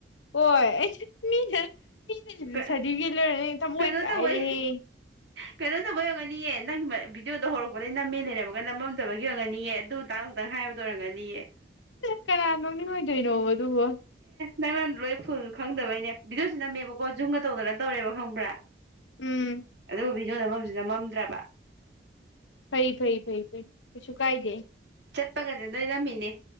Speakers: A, on the left; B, on the right.
A: ꯍꯣꯏ ꯑꯁ ꯃꯤꯅ ꯃꯤꯅ ꯁꯤꯗ
B: ꯀ
A: ꯁꫪꯗꯤꯐꯤꯀꯦꯠ ꯂꯧꯔ ꯑꯩꯅ ꯊꯃꯣꯏ
B: ꯀꯩꯅꯣ
A: ꯀꯥꯏꯔꯦꯍꯦ
B: ꯇꯧꯕꯩ ꯀꯩꯅꯣ ꯇꯧꯕꯩ ꯑꯣꯏꯒꯅꯤꯑ ꯅꯪꯒꯤ ꯚꯤꯗꯤꯑꯣꯗꯣ ꯍꯧꯔꯛꯄꯗꯒꯩ ꯅꯝꯃꯦꯅ ꯂꯩꯔꯝꯃꯒ ꯅꯝꯃꯝꯗꯕꯒꯤ ꯑꯣꯏꯡꯒꯅꯤꯌꯦ ꯑꯗꯨ ꯃꯇꯥꯡ ꯈꯛꯇꯪ ꯍꯥꯏꯕꯗ ꯑꯣꯏꯔꯝꯒꯅꯤꯌꯦ
A: ꯀꯅꯥ ꯅꯣꯡꯅꯤꯉꫭꯏ ꯀꯩꯅꫭꯕ ꯑꯗꯨꯕꫭ
B: ꯅꯪꯉꯣꯟꯗ ꯂꯣꯏ ꯐꯨꯜ ꯈꯪꯗꯕꯩꯅꯦ ꯚꯤꯗꯤꯑꯣꯁꯤ ꯅꯝꯃꯦꯕꯀꯣ ꯖꯨꯝꯒ ꯇꯧꯗꯅ ꯇꯧꯔꯦꯕ ꯈꯪꯕ꯭ꯔꯥ
A: ꯎꯝ
B: ꯑꯗꯨ ꯚꯤꯗꯤꯌꫭ ꯅꯝꯕꯝꯁꯤ ꯅꯝꯃꯝꯗ꯭ꯔꯕ
A: ꯐꯩ ꯐꯩ ꯐꯩ ꯐꯩꯀꯩꯁꯨ ꯀꯥꯏꯗꯦ
B: ꯆꯠꯄꯒꯁꯦ ꯅꫭꯏꯅꯝꯃꯤꯅꯤ